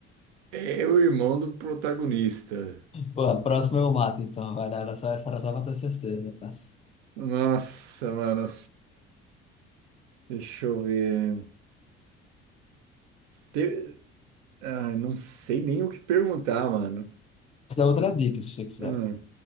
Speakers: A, on the right; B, on the left.
A: É o irmão do protagonista.
B: Pô, a próxima eu mato, então. Olha, era só, essa era só pra ter certeza. tá?
A: Nossa, mano. Deixa eu ver. Te- Ah, não sei nem o que perguntar, mano.
B: Isso é outra dica, se você quiser.
A: Ah,